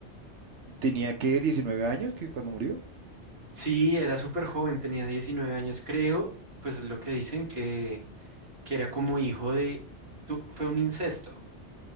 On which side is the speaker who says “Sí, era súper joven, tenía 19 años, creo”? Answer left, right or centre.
Right